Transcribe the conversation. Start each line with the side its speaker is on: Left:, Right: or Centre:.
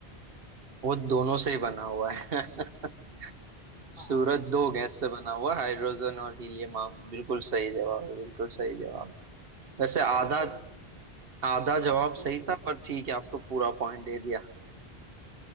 Right: वो दोनों से ही बना हुआ है <laughs>
Left: हाँ
Right: सूरज दो
Left: दो,
Right: गैस से बना हुआ है हाइड्रोजन और हीलियम आप बिल्कुल सही जवाब है बिल्कुल सही जवाब है वैसे
Left: मुझे
Right: आधा
Left: लगा दोनों
Right: आधा जवाब
Left: दो
Right: सही था पर ठीक है आपको पूरा पॉइंट दे दिया